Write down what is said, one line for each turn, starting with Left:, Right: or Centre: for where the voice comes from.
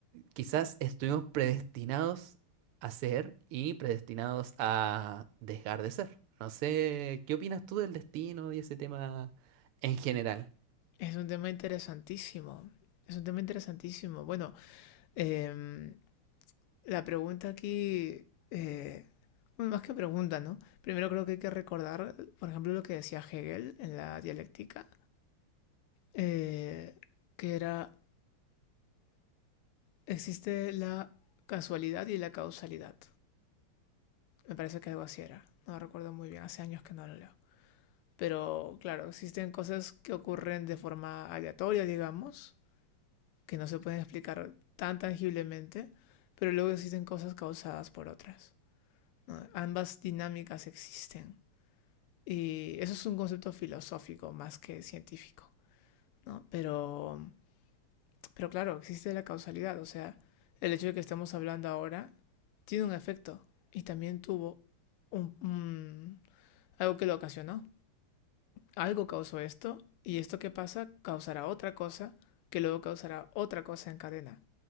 Right: quizás estuvimos predestinados a ser y predestinados a dejar de ser. No sé, ¿qué opinas tú del destino y ese tema en general?
Left: Es un tema interesantísimo. Es un tema interesantísimo. Bueno, em, La pregunta aquí, eh, bueno, más que pregunta, ¿no? Primero creo que hay que recordar, por ejemplo, lo que decía Hegel en la dialéctica, eh, que era, existe la casualidad y la causalidad. Me parece que algo así era. No recuerdo muy bien, hace años que no lo leo. Pero claro, existen cosas que ocurren de forma aleatoria, digamos, que no se pueden explicar tan tangiblemente, pero luego existen cosas causadas por otras. ¿no? Ambas dinámicas existen. Y eso es un concepto filosófico más que científico, ¿no? Pero, pero claro, existe la causalidad, o sea, el hecho de que estemos hablando ahora tiene un efecto y también tuvo un, un- algo que lo ocasionó. Algo causó esto y esto que pasa causará otra cosa que luego causará otra cosa en cadena.